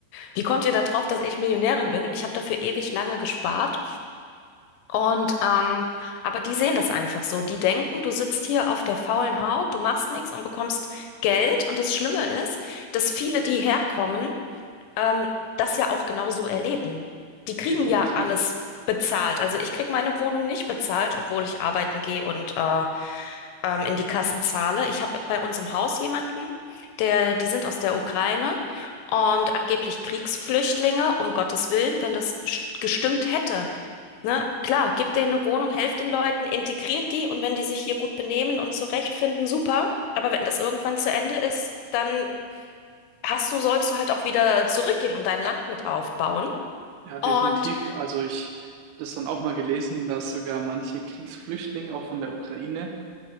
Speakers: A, on the left (about 80°); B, on the right (about 80°).
A: Wie kommt ihr da drauf, dass ich Millionärin bin? Ich habe dafür ewig lange gespart. Und ähm, aber die sehen das einfach so. Die denken, du sitzt hier auf der faulen Haut, du machst nichts und bekommst Geld. Und das Schlimme ist, dass viele, die herkommen, ähm, das ja auch genau so erleben. Die kriegen
B: definitiv.
A: ja alles bezahlt. Also ich krieg meine Wohnung nicht bezahlt, obwohl ich arbeiten gehe und äh, ähm, in die Kassen zahle. Ich habe bei uns im Haus jemanden, der, die sind aus der Ukraine und angeblich Kriegsflüchtlinge, um Gottes Willen, wenn das st- gestimmt hätte Ne? Klar, gebt denen eine Wohnung, helft den Leuten, integriert die und wenn die sich hier gut benehmen und zurechtfinden, super. Aber wenn das irgendwann zu Ende ist, dann hast du, sollst du halt auch wieder zurückgehen und dein Land mit aufbauen.
B: Ja, definitiv.
A: Und
B: Also ich habe das dann auch mal gelesen, dass sogar manche Kriegsflüchtlinge auch von der Ukraine